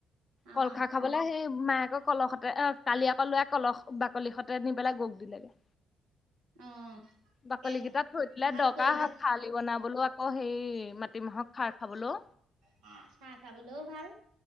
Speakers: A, on the right (about 85°); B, on the left (about 35°).
A: অ',
B: কল খাৰ খাবলে, সেই মায়েক কলৰ সতে কালি আকৌ ল কলহ বাকলি হঁতে নি পেলাই গৰু দিলেগে।
A: অ', তাকেহে
B: বাকলি কেইটাত থৈ দিলে
A: ভাল
B: দৰকাৰ
A: কৰিলে
B: হয় খালি বনাবলেও। অ সেই মাটিমাহক খাৰ খাবলো।
A: হ চাহ খাবলৈও ভাল।